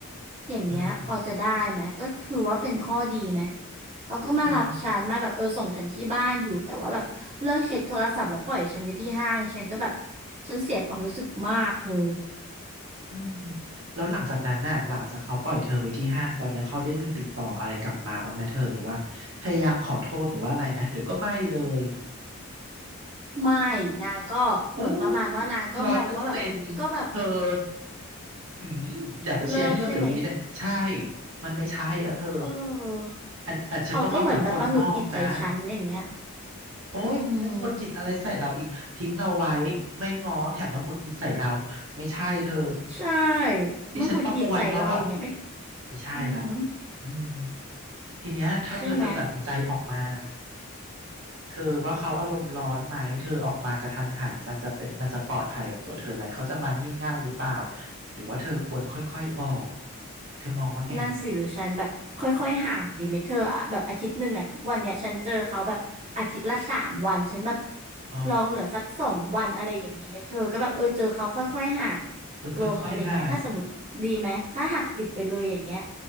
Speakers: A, on the right (about 30°); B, on the right (about 65°).
A: อย่างเงี้ยพอจะได้ไหมก็คือว่าเป็นข้อดีไหม
B: อืม
A: เขาก็มารับฉันมาแบบเออส่งฉันที่บ้านอยู่แต่ว่าแบบเรื่องเช็คโทรศัพท์แล้วปล่อยฉันไว้ที่ห้างฉันก็แบบ
B: ฉัน
A: ฉันเสียความรู้สึกมากเธอ
B: อืมแล้วหลังจากนั้นน่ะหลังจากเขาปล่อยเธอไว้ที่ห้างตอนนี้เขาได้มีติดต่ออะไรกลับมาบ้างไหมเธอหรือว่าพยายามขอโทษหรือว่าอะไรไหมหรือก็ไม่เลย
A: ไม่นางก็เหมือนประมาณว่านางก็มองว่าแบบก็แบบ
B: โอ้ร้อยเปอร์เซ็นต์เธอ อืมอยากจะเชียร์ให้เลิกเดี๋ยวนี้เลยใช่
A: เลิกใช่ไหม
B: มันไม่ใช่แล้วเธอ
A: เออ
B: อันแต่ฉันก็มองจากคนนอกนะ
A: เขาก็เหมือนแบบมาหงุดหงิดใส่ฉันอย่างเงี้ย
B: โอ้ยมันหงุดหงิดอะไรใส่เราอีกทิ้งเราไว้ไม่ง้อแถมมาหงุดหงิดใส่เรา
A: อืม
B: ไม่ใช่เธอ
A: ใช่
B: นี่ฉันประมวลแล้วแบบ
A: มันหงุดหงิดใส่เราอย่างเงี้ยไม่
B: ไม่ใช่ละ
A: อือหือ
B: อืมทีเนี้ยถ้าเธอจะตัดสินใจออกมา
A: ใช่ไหม
B: เธอว่าเขาอารมณ์ร้อนไหมเธอออกมากระทันหันมันจะเป็นมันจะปลอดภัยกับตัวเธอไหมเขาจะมางี่เง่าหรือเปล่าหรือว่าเธอควรค่อยๆออกเธอมองว่าไง
A: นั่นสิหรือฉันแบบค่อยๆห่างดีไหมเธออะแบบอาทิตย์หนึ่งอะทุกวันเนี่ยฉันเจอเขาแบบอาทิตย์ละสามวันฉันแบบ
B: อ๋อ
A: ลองเหลือสักสองวันอะไรอย่างนี้ไหมเธอก็แบบเออเจอเขาค่อยๆห่าง
B: เออค่อยๆห่าง
A: ลงอะไรเงี้ยถ้าสมมติดีไหมถ้าหักดิบไปเลยอย่างเงี้ย